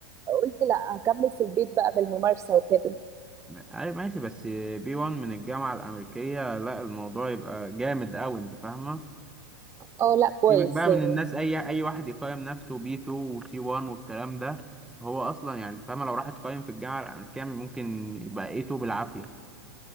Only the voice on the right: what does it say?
قلت لا هكمل في البيت بقى بالممارسة وكده
اه لا كويس
يعني